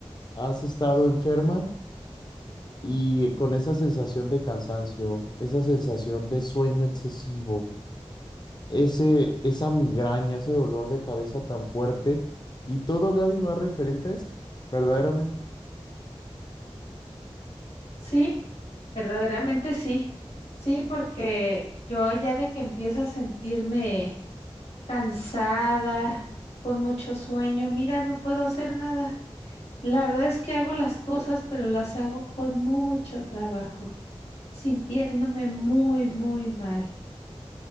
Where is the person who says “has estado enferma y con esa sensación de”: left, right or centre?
Left